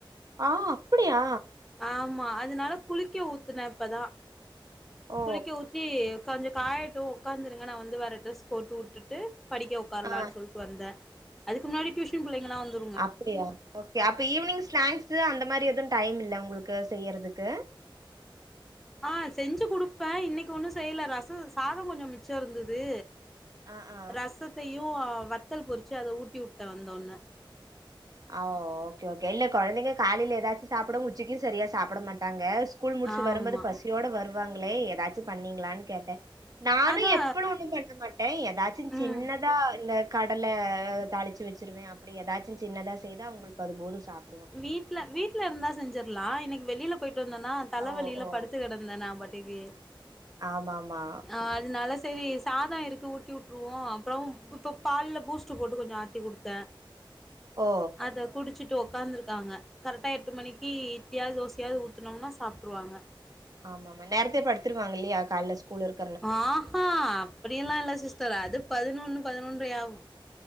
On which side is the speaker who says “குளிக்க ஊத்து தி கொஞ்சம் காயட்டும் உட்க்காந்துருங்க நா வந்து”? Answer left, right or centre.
Centre